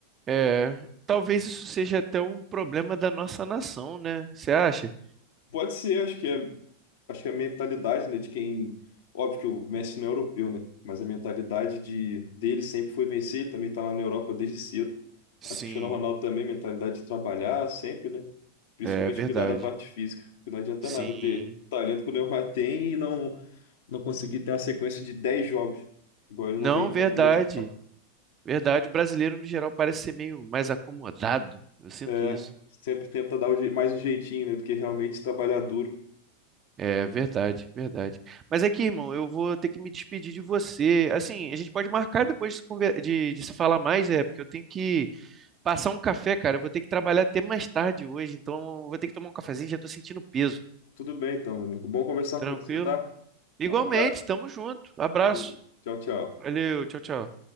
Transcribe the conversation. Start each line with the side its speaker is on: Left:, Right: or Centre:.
Right: É, talvez isso seja até um problema da nossa nação, né? Você acha?
Left: Pode ser, acho que é, acho que é a mentalidade, né, de quem, óbvio que o Messi não é europeu, né, mas a mentalidade de dele sempre foi vencer, ele também tá lá na Europa desde cedo.
Right: Sim,
Left: A do Cristiano Ronaldo também, mentalidade de trabalhar sempre, né? Principalmente
Right: é verdade.
Left: cuidar da parte física, porque não adianta
Right: Sim.
Left: nada ter talento que o Neymar tem e não não conseguir ter uma sequência de 10 jogos, igual ele
Right: Não,
Left: não vem tendo
Right: verdade.
Left: há muito tempo.
Right: Verdade, brasileiro no geral parece ser meio mais acomodado. Eu sinto
Left: É,
Right: isso.
Left: sempre tenta dar o je- mais um jeitinho, né, do que realmente trabalhar duro.
Right: É verdade, verdade. Mas é que, irmão, eu vou ter que me despedir de você. Assim, a gente pode marcar depois de, conver- de- de se falar mais, é, porque eu tenho que passar um café, cara. Eu vou ter que trabalhar até mais tarde hoje, então eu vou ter que tomar um cafezinho, já tô sentindo peso.
Left: Tudo bem então, meu amigo. Bom conversar
Right: Tranquilo?
Left: com você, tá?
Right: Igualmente,
Left: Um abraço.
Right: tamo junto. Abraço.
Left: Valeu. Tchau, tchau.
Right: Valeu, tchau, tchau.